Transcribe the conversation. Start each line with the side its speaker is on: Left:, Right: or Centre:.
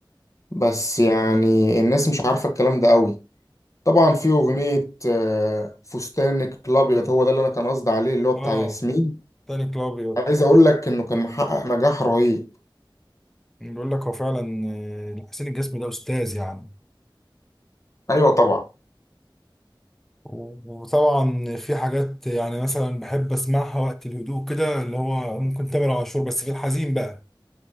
Left: بس يعني الناس مش عارفة الكلام ده قوي طبعا في أغنية آه، فستانك الأبيض هو ده اللي أنا كان قصدي عليه اللي هو بتاع
Centre: اه
Left: ياسمين
Centre: تاني كلابيو
Left: عايز أقول لك إنه كان محقق نجاح رهيب
Centre: بيقول لك هو فعلا آه، حسين الجسمي ده استاذ يعني
Left: أيوة طبعا
Centre: وطبعا في حاجات يعني مثلا بحب اسمعها وقت الهدوء كده اللي هو ممكن تامر عاشور بس في الحزين بقى